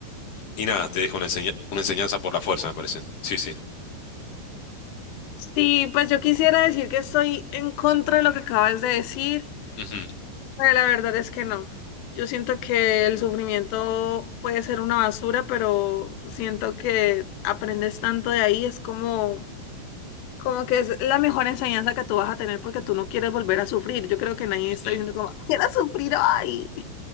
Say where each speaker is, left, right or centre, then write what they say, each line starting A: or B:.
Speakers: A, on the left; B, on the left.
A: y nada, te deja una enseña- una enseñanza por la fuerza, me parece. Sí, sí.
B: Sí, pues yo quisiera decir que estoy en contra de lo que acabas de decir,
A: Ujú,
B: pero la verdad es que no. Yo siento que el sufrimiento puede ser una basura, pero siento que aprendes tanto de ahí, es como Como que es la mejor enseñanza que tú vas a tener porque tú no quieres volver a sufrir. Yo creo que nadie
A: ujú.
B: está diciendo
A: <laughs>
B: como, quiero sufrir hoy.